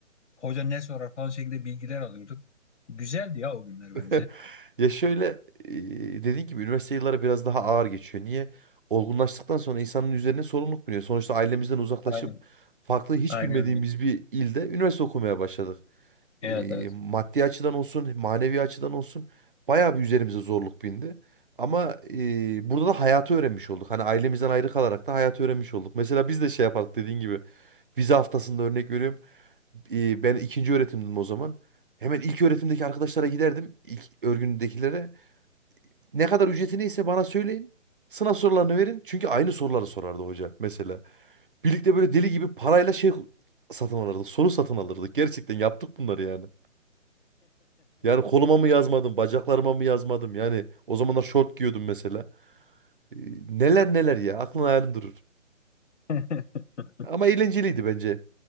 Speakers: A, on the left (about 65°); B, on the right (about 45°).
A: hoca ne sorar falan şeklinde bilgiler alıyorduk. Güzeldi ya o günler
B: <laughs>
A: bence.
B: Ya şöyle e, dediğin gibi üniversite yılları biraz daha ağır geçiyor. Niye? Olgunlaştıktan sonra insanın üzerine sorumluluk biniyor. Sonuçta ailemizden uzaklaşıp
A: Aynen.
B: farklı hiç
A: Aynen
B: bilmediğimiz
A: öyle.
B: bir ilde üniversite okumaya başladık.
A: Evet
B: e,
A: evet.
B: maddi açıdan olsun, manevi açıdan olsun bayağı bir üzerimize zorluk bindi. Ama e, burada da hayatı öğrenmiş olduk. Hani ailemizden ayrı kalarak da hayatı öğrenmiş olduk. Mesela biz de şey yapardık dediğin gibi vize haftasında örnek veriyorum. E, ben ikinci öğretimdim o zaman. Hemen ilk öğretimdeki arkadaşlara giderdim. ilk örgündekilere. Ne kadar ücreti neyse bana söyleyin. Sınav sorularını verin. Çünkü aynı soruları sorardı hoca mesela. Birlikte böyle deli gibi parayla şey satın alırdık. Soru satın alırdık. Gerçekten yaptık bunları yani. Yani koluma mı yazmadım, bacaklarıma mı yazmadım? Yani o zamanlar şort giyiyordum mesela. Ee, Neler neler ya. Aklın hayalin durur.
A: <laughs>
B: Ama eğlenceliydi bence.